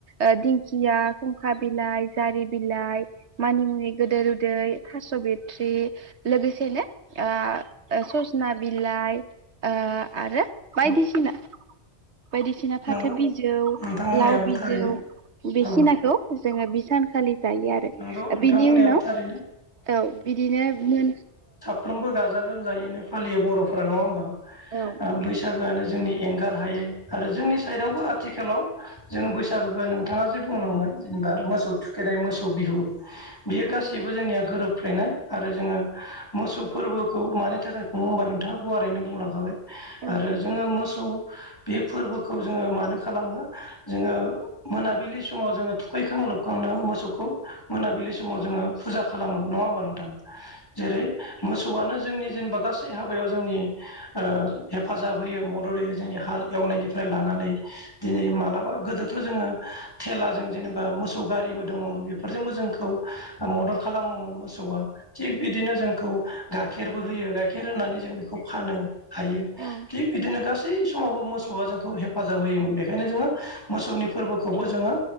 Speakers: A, on the right; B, on the left.
A: ओ दिंखिया खुंखा बिलाइ जारि बिलाइ मानिमुनि गोदिर उदै थास' बिथ्रि लोगोसेनो ओ सजना बिलाइ आरो बायदिसिना
B: औ
A: बायदिसिना फाथो
B: नंगौ
A: बिजौ
B: नोंथां बुंनायाबो
A: लाव बिजौ
B: थारैनो
A: बेखिनाखौ
B: औ
A: जोङो सानखालि जायो आरो
B: नंगौ नोंथां
A: बिनि
B: बुंनायाबो
A: उनाव
B: थारैनो
A: औ बिदिनो मोन
B: साफ्रामबो गाजा गोमजायैनो फालियो बर'फोरा नङा होमबा
A: औ
B: बैसागोआनो जोंनि एंगार हायो आरो जोंनि साइडआवबो आथिखालाव जों बैसागोखौ नोंथाङा जे बुंलांबाय जेनेबा मोसौ थुखेरनाय मोसौ बिहु बेयो गासैबो
A: औ
B: जोंनिया गोरोब फ्लेनाय आरो जोङो मोसौ फोरबोखौ मानि थाखाय खुङो होमबा नोंथाङा गुवारैनो बुंलांखाबाय।
A: औ
B: आरो जोङो मोस सौ बे फोरबोखौ जोङो मानो खालामो जोङो मोनाबिलि समाव जोङो थुखैखांलो खांनो मोसौखौ मोनाबिलि समाव जोङो फुजा खालामो नङा होमबा नोंथां? जेरै मोसौआनो जोंनि जेनेबा गासै हाबायाव जोंनि ओ हेफाजाब होयो मदद होयो जोंनि हाल एवनायनिफ्राय लानानै दिनै मालाबा गोदोथ' जोंङो थेलाजों जेनेबा मो मोसौ गारिबो दङ'मोन बेफोरजोंबो जोंखौ मदद खालामोमोन मोसौआ थिग बिदिनो जोंखौ गाइखेरबो होयो गाइखेर होनानै जों बेखौ फानो हायो
A: औ
B: थिग बिदिनो गासै गासै समावबो मोसौआ जोंखौ हेफाजाब होयोमोन बेखायनो जोङो मोसौनि फोरबोखौबो जोङो